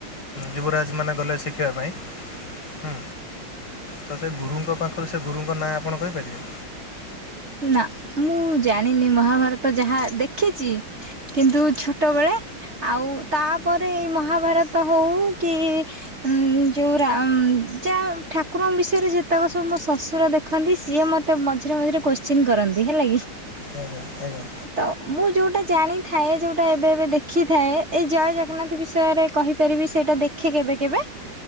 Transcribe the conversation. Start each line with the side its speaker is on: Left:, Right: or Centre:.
Left: ଯୁବରାଜ ମାନେ ଗଲେ ଶିଖିବା ପାଇଁ ହୁଁ ତ ସେ ଗୁରୁଙ୍କ ପାଖରୁ ସେ ଗୁରୁଙ୍କ ନାଁ ଆପଣ କହିପାରିବେ?
Right: ନା ମୁଁ ଜାଣିନି ମହାଭାରତ ଯାହା ଦେଖିଚି କିନ୍ତୁ ଛୋ ଛୋଟବେେଳେ ଆଉ ତାପରେ ଏଇ ମହାଭାରତ ହଉ କି ଉଁ ଯୋଉ ରାମ୍ ଯା ଠାକୁରଙ୍କ ବିଷୟରେ ଯେତକ ସବୁମୋ ଶଶୁର ଦେଖନ୍ତି ସିଏ ମତେ ମଝିରେ ମଝିରେ କୋଶ୍ଚିନ୍ କରନ୍ତି ହେଲା କି।
Left: ଆଜ୍ଞା-ଆଜ୍ଞା।
Right: ତ ମୁଁ ଯୋଉଟା ଜାଣିଥାଏ ଯୋଉଟା ଏବେ ଏବେ ଦେଖି ଥାଏ ଏଇ ଜୟ ଜଗନ୍ନାଥ ବିଷୟରେ କହିପାରିବି ସେଇଟା ଦେଖେ କେବେ କେବେ।